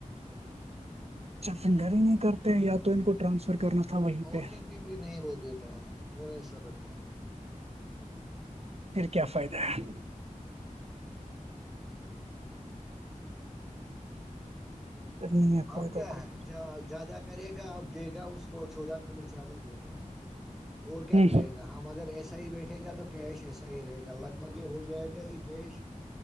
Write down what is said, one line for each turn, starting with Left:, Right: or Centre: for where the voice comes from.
Right: اچھا فنگرر ہی نہیں کرتے ہیں یا تو ان کو ٹرانسفر کرنا تھا وہیں
Centre: او
Right: پہ
Centre: ٹی پی بھی نہیں وہ دیتا ہے وہ ہے سب بنند ہے
Right: پھر کیا فائدہ ہے؟ پھر نہیں ہے فائدہ
Centre: اب کیا
Right: کچھ
Centre: ہے زیادہ کیا کرے گا اب دے گا اس کو چودہ کلو چاول دے گا اور کیا کرے
Right: ہ
Centre: گا ہم اگر ایسے صحی بیٹھے گا تو کیش ایسا ہی رہے گا لگ بھگ یہ ہو جائے گا یہ کیش